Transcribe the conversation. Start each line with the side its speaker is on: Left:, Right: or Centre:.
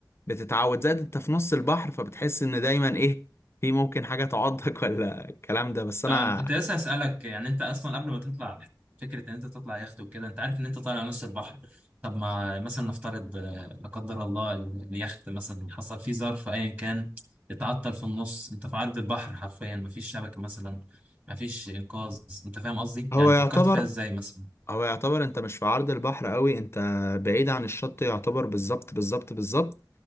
Left: بتتعود زائد انت في نص البحر فبتحس ان دايما ايه في ممكن حاجه تعضك <laughs> ولا الكلام ده بس انا
Right: انا كنت لسه اسالك يعني انت اصلا قبل ما تطلع فكره ان انت تطلع يخت وكده انت عارف ان انت طالع نص البحر طب ما مثلا نفترض آه، لا قدر الله ال- اليخت مثلا حصل فيه ظرف ايا كان اتعطل في النص انت في عرض البحر حرفيا مفيش شبكه مثلا مفيش انقاذ انت فاهم قصدي
Left: هو
Right: يعني
Left: يعتبر
Right: فكرت فيها ازاي مثلا
Left: هو يعتبر انت مش في عرض البحر قوي انت بعيد عن الشط يعتبر بالظبط بالظبط بالظبط